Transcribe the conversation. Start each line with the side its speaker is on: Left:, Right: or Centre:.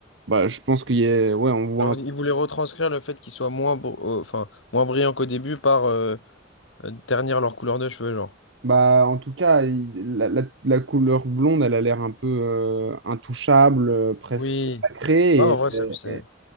Right: bah, je pense qu'il y a... Ouais, on voit
Left: Genre,
Right: un-
Left: ils voulaient retranscrire le fait qu'ils soient moins br- euh, enfin moins brillants qu'au début par euh, euh, ternir leur couleur de cheveux, genre.
Right: Bah, en tout cas, il- la, la- la couleur blonde, elle a l'air un peu euh, intouchable, euh, presque
Left: Oui.
Right: sacrée,
Left: Ouais, en
Right: et,
Left: vrai, ça, c'est.
Right: et-